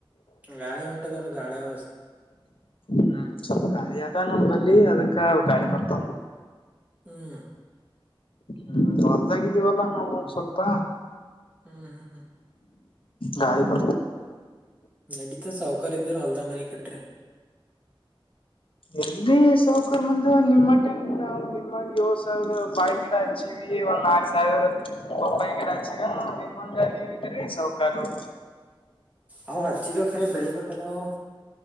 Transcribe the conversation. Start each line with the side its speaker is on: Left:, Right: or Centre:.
Right: ಗಾಳಿ ಹೊಂಟದೋಡು ಗಾಳಿ ಆವಾಸ
Left: ಹ್ಮ್ ಸ್ವಲ್ಪ ಗಾಳಿ ಆತ ನಮ ಬಲ್ಲಿ ಅದಕ್ಕ ಗಾಳಿ ಬರ್ತಾವ
Right: ಹ್ಮ್
Left: ಹ್ಮ್ ಹೊದ್ದಾಗಿದ್ದೀವಲ್ಲ ನಾವವು ಒಂದ್ ಸ್ವಲ್ಪ
Right: ಹ್ಮ ಹಾ ಹಾ
Left: ಗಾಳಿ ಪ
Right: ನಡೀತಾ ಸಾವಕಕಾರ ಇದರು ಹೊಲ್ದ ಮನಿ ಕಟ್ರೆ
Left: ಎಲ್ಲಿ ಸೌಕರ್ಮಂದು ನಿಮ್ಮ ಮ ನಾವು ನಿಮ್ಮಂಗಗೆ ಏಳ್ ಸಾವಿರ ಬಾಳೆ ಗಿಡ ಹಚ್ಚಿವವಿ ಒಂದ್ ಹಾಕ್ ಸಾವಿರ ಬಪ್ಪಾಯಿ ಗಡಚಿವನು ನಿಮಂಗ ನೀವ್ರ ಸೌಕಾರು
Right: ಅವವು ಹಚ್ಚಿದ ಖರೆ ಬೆಳಿಬೇಕಲ್ಲವು